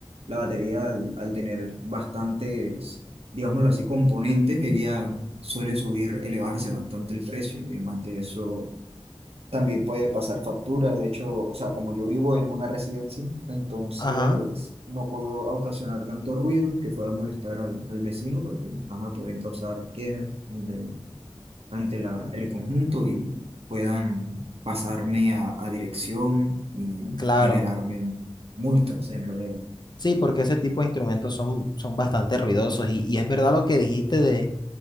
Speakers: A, on the right; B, on the left.
A: La batería, al, al tener bastantes, digámoslo así, componentes, ella suele subir, elevarse bastante el precio. Y además de eso, también puede pasar factura el hecho, o sea, como yo vivo en una residencia, entonces
B: ajá,
A: no puedo ocasionar tanto ruido que pueda molestar al, al vecino porque ajá, pueden causar quejas ante, el- ante la, el conjunto y puedan pasarme a, a dirección y
B: claro.
A: generarme multas en realidad.
B: Sí, porque ese tipo de instrumentos son, son bastante ruidosos y, y es verdad lo que dijiste de